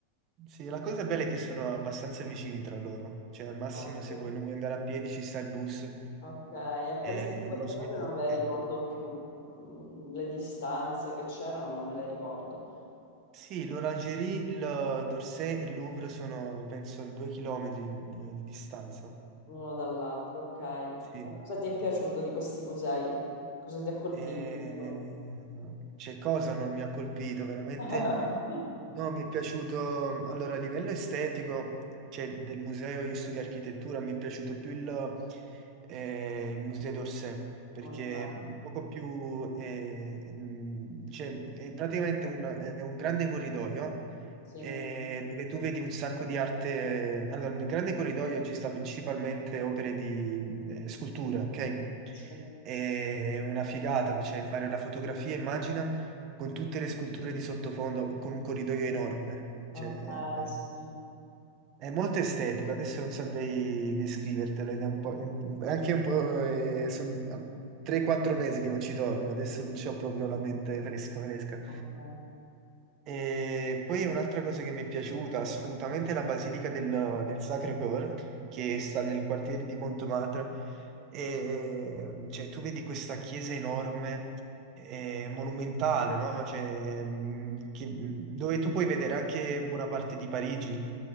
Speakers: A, on the right (about 35°); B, on the left (about 45°).
A: Sì, la cosa bella è che sono abbastanza vicini tra loro. Cioè, al massimo,
B: Ah,
A: se
B: sì.
A: vuoi non vuoi andare a piedi, ci sta il bus.
B: Ok, e per
A: Eh,
B: esempio queste
A: non lo smetti.
B: cose non le
A: eh.
B: ricordo più, Mm, le distanze che c'erano non me le ricordo,
A: Sì, l'Orangerie, il d'Orsay e il Louvre sono, penso, due chilometri di, eh, di distanza.
B: l'uno dall'altro, ok. E
A: Sì.
B: cosa ti è piaciuto di questi musei? Cosa ti ha colpito?
A: E...
B: di più?
A: C'è cosa non mi ha colpito, veramente.
B: <laughs>
A: No, mi è piaciuto, allora a livello estetico, cioè del museo, io studio architettura, mi è piaciuto più il, eh, il museo d'Orsay, perché
B: Ok,
A: è un poco più, eh, mh, cioè, è praticamente un, è un grande corridoio
B: sì,
A: eh, dove tu vedi un sacco di arte. Allora, nel grande corridoio ci sta principalmente opere di eh, scultura, ok?
B: sì,
A: È una figata, cioè fare la fotografia, immagina, con tutte le sculture di sottofondo, con un corridoio enorme. eh. Cioè,
B: ok,
A: è, è-
B: sì,
A: è molto estetico, adesso non saprei descrivertelo, ed è un po', in- anche un po', eh, sono 3-4 mesi che non ci torno, adesso non c'ho proprio la mente fresca fresca.
B: ok.
A: E poi un'altra cosa che mi è piaciuta assolutamente è la Basilica del, del Sacré-Cœur, che sta nel quartiere di Montmartre. E, cioè, tu vedi questa chiesa enorme, eh, monumentale, no? Cioè, mh, che- mm, dove tu puoi vedere anche buona parte di Parigi,